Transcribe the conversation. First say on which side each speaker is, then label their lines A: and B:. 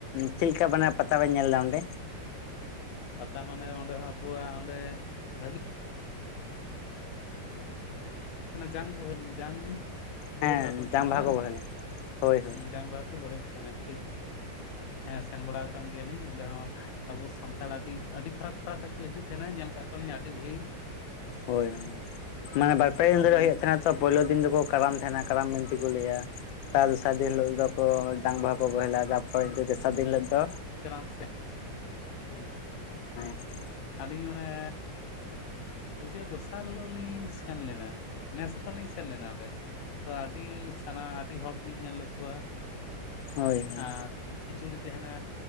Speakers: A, on the left; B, on the left.
A: ᱪᱮᱫ ᱞᱮᱠᱟ ᱵᱟᱱᱮ ᱯᱟᱛᱟ ᱠᱚ ᱧᱮᱞ ᱮᱫᱟ ᱚᱸᱰᱮ?
B: ᱯᱟᱛᱟ ᱢᱟᱱᱮ ᱚᱸᱰᱮ ᱦᱚᱸ ᱟᱵᱚᱣᱟᱜ ᱚᱸᱰᱮ ᱵᱷᱟᱜᱤ, ᱡᱟᱝ ᱵᱳᱦᱮᱞ ᱡᱟᱝ ᱵᱳᱦᱮᱞ
A: ᱦᱮᱸ
B: ᱵᱟᱦᱟᱜ ᱠᱚ ᱢᱮᱛᱟᱜ
A: ᱡᱟᱝ
B: ᱠᱟᱱᱟ
A: ᱵᱟᱦᱟ
B: ᱵᱟᱝ
A: ᱠᱚ ᱵᱚᱦᱮᱞᱟ ᱦᱳᱭ ᱦᱳᱭ
B: ᱡᱟᱝ ᱵᱟᱦᱟ ᱠᱚ ᱵᱳᱦᱮᱞ ᱛᱟᱦᱮᱱᱟ ᱴᱷᱤᱠ ᱦᱮᱸ ᱥᱮᱱ ᱵᱟᱲᱟᱣ ᱠᱟᱱ ᱜᱮᱭᱟᱞᱤᱧ ᱚᱸᱰᱮ ᱦᱚᱸ, ᱟᱵᱚ ᱥᱟᱱᱛᱟᱲ ᱟᱹᱰᱤ ᱟᱹᱰᱤ ᱯᱷᱟᱨᱟᱠ ᱯᱷᱟᱨᱟᱠ ᱠᱷᱚᱡ ᱠᱚ ᱦᱤᱡᱩᱜ ᱛᱟᱦᱮᱸᱱᱟ᱾ ᱧᱮᱞ ᱟᱠᱟᱫ ᱠᱚᱣᱟ ᱞᱤᱧ ᱟᱹᱰᱤ ᱵᱷᱤᱲ,
A: ᱦᱳᱭ ᱦᱳ ᱢᱟᱱᱮ ᱵᱟᱨ ᱯᱮ ᱫᱤᱱ
B: ᱟᱹᱰᱤ
A: ᱫᱷᱚᱨᱮ ᱦᱩᱭᱩᱜ ᱛᱟᱦᱮᱸ ᱛᱚ ᱯᱳᱭᱞᱳ ᱫᱤᱱ ᱫᱚᱠᱚ ᱠᱟᱨᱟᱢ ᱛᱟᱦᱮᱱᱟ ᱠᱟᱨᱟᱢ ᱵᱤᱱᱛᱤ ᱠᱚ ᱞᱟᱹᱭᱟ᱾ ᱛᱟᱨ ᱫᱚᱥᱟᱨ ᱫᱤᱱ ᱦᱤᱞᱳᱜ ᱫᱚ ᱡᱟᱝ ᱵᱟᱦᱟ ᱠᱚ ᱵᱚᱦᱮᱞᱟ ᱡᱟᱛᱯᱚᱨᱪᱚ ᱫᱚᱥᱟᱨ ᱫᱤᱱ ᱦᱤᱞᱳᱜ ᱫᱚ
B: ᱠᱟᱨᱟᱢ ᱥᱮᱫ ᱦᱮᱸ
A: <unintelligible>
B: ᱟᱹᱞᱤᱧ ᱚᱸᱭᱮᱻ ᱯᱩᱡᱟᱹ ᱫᱚᱥᱟᱨ ᱦᱤᱞᱳᱜ ᱞᱤᱧ ᱥᱮᱱ ᱞᱮᱱᱟ ᱱᱮᱥ ᱦᱚᱛᱟᱞᱤᱧ ᱥᱮᱱ ᱞᱮᱱᱟ ᱚᱸᱰᱮ ᱛᱚ ᱟᱹᱰᱤ ᱥᱟᱱᱟ ᱟᱹᱰᱤ ᱦᱚᱲ ᱠᱚᱞᱤᱧ ᱧᱮᱞ ᱞᱮᱫ ᱠᱚᱣᱟ
A: ᱦᱳᱭ ᱦᱳᱭ
B: ᱟᱨ ᱠᱷᱤᱪᱩᱲᱤ ᱛᱟᱦᱮᱱᱟ